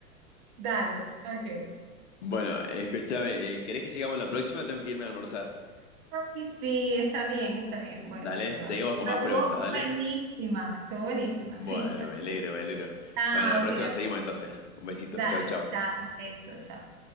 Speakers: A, on the right (about 35°); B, on the left (about 50°).
A: Dale, ok.
B: Bueno, escúchame, eh, ¿querés que sigamos la próxima? Tengo que irme a almorzar.
A: Ay, sí, está bien, está bien. Bueno,
B: Dale,
A: ya va.
B: seguimos con
A: Pero
B: más
A: estuvo
B: preguntas, dale.
A: buenísima, estuvo buenísima.
B: Bueno,
A: Sí, ok.
B: me alegro, me alegro.
A: Chao,
B: Bueno, la próxima
A: cuídate.
B: seguimos entonces. Un besito,
A: Dale,
B: chao, chao.
A: chao, beso, chao.